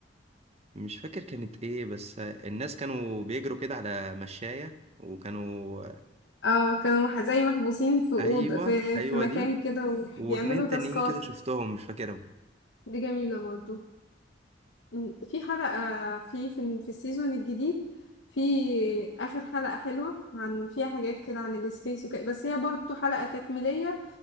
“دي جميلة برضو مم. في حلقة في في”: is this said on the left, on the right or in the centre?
Left